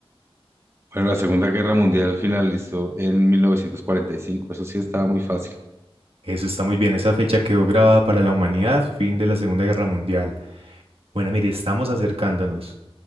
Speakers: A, on the right; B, on the right.
A: Bueno, la Segunda Guerra Mundial finalizó en 1945. Eso sí estaba muy fácil.
B: Eso está muy bien, esa fecha quedó grabada para la humanidad, fin de la Segunda Guerra Mundial. Bueno, mire, estamos acercándonos.